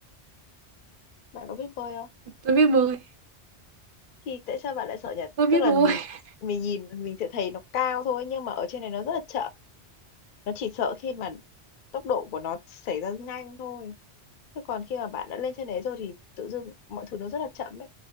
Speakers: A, on the left; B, on the right.
A: Bạn có biết bơi không?
B: Tôi biết bơi,
A: Thì tại sao bạn lại sợ nhỉ?
B: tôi biết
A: Tức là
B: bơi.
A: mình
B: <laughs>
A: mình nhìn mình sẽ thấy nó cao thôi nhưng mà ở trên này nó rất là chậm. Nó chỉ sợ khi mà tốc độ của nó xảy ra nhanh thôi, chứ còn khi mà bạn đã lên trên đấy rồi thì tự dưng mọi thứ nó rất là chậm ấy,